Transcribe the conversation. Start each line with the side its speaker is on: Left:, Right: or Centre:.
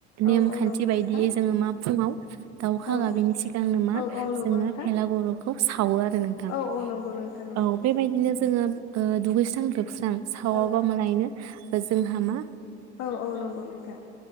Right: नेमखान्थि
Left: औ औ नंगौ
Right: बायदियै
Left: नोंथां
Right: जोङो मा फुङाव दाउखा
Left: औ
Right: गाबैनि सिगांनो मा
Left: औ औ नंगौ
Right: जोङो
Left: नोंथां
Right: भेलागुर खौ सा सावो आरो नोंथां
Left: औ औ नंगौ नोंथां नंगौ
Right: औ बेबायदिनो जोङो ओ दुगैस्रां लोब स्रां सावाबा
Left: औ
Right: मालायनो जोंहा मा
Left: औ औ नंगौ नोंथां